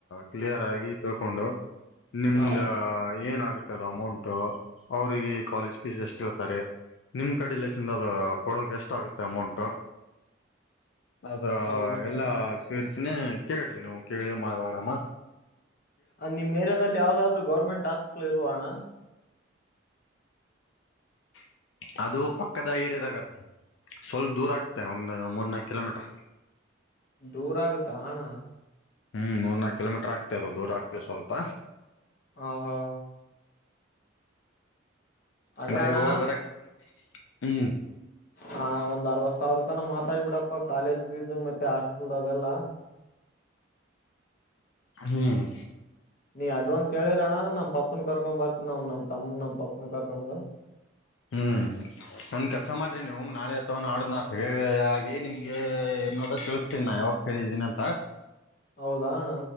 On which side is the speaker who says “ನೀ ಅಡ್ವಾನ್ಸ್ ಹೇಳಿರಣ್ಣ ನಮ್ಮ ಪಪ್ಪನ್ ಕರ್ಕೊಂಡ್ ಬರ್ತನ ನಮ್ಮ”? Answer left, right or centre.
Left